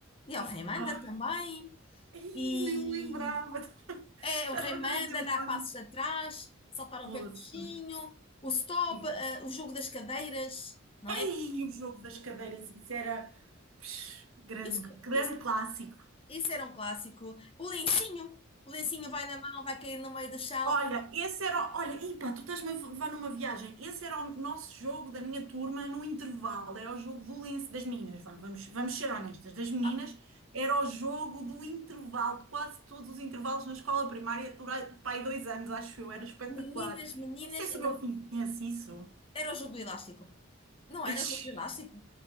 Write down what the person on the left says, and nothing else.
e
ao rei manda
também.
E
é,
o rei manda
dar passos atrás, saltar
o pé coxinho, o stop,
ah, o jogo das cadeiras. Não
é?
Isso,
isso,
isso era um clássico. O lencinho, o lencinho vai na mão, vai cair no meio do chão.
Ah,
meninas, meninas,
era,
era o jogo do elástico. Não era
o jogo do elástico?